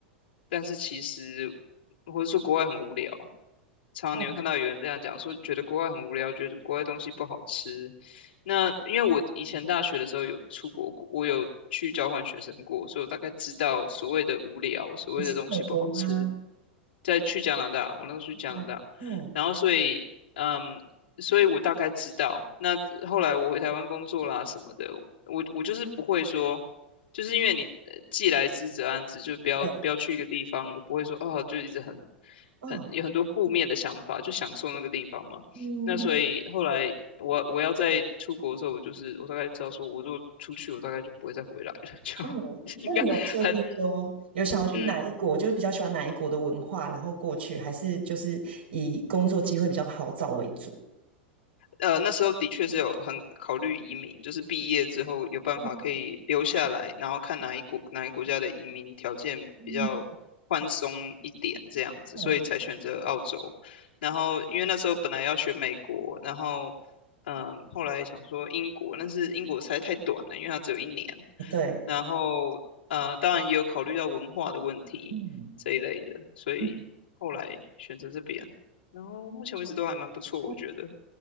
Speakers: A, on the left; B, on the right.
A: 但是其实或者说国外很无聊，常你会看到有人这样讲说，
B: 哦，
A: 觉得国外很无聊，觉得国外东西不好吃。那因为我以前大学的时候有出国过我有去交换学生过，所以我大概知道所谓的无聊，所谓的东西不好吃。
B: 也是美国吗？
A: 再去加拿大，我那时候去加拿大，
B: 哦，哦，
A: 然后所以，嗯，所以我大概知道。那后来我回台湾工作啦什么的，我我就是不会说。就是因为你呃既来之则安之，就不要不要去一个地方，
B: 对，
A: 我不会说哦，就一直很
B: 哦，
A: 很有很多负面的想法，就享受那个地方嘛。
B: 嗯嗯
A: 那所以后来我我要在出国的时候，我就是我大概知道说，我如果出去，我大概就不会再回来了，<laughs>
B: 哦，
A: 就应该很
B: 那你有设定说有想要去哪一国，
A: 嗯。
B: 就是比较喜欢哪一国的文化，然后过去，还是就是以工作机会比较好找为主？
A: 呃，那时候的确是有很考虑移民，就是毕业之后有办法可以留下来，
B: 哦，
A: 然后看哪一国哪一国家的移民条件比较宽松一点这样子，
B: 嗯哦，
A: 所以才选择澳洲。然后因为那时候本来要选美国，然后嗯，后来想说英国，但是英国实在太短了，因为它只有一年。
B: 对，
A: 然后呃，当然也有考虑到文化的问题这一类的，
B: 嗯。
A: 所以后来选择这边。
B: 嗯
A: 然后目前为止都还蛮不错，我觉得。
B: 哦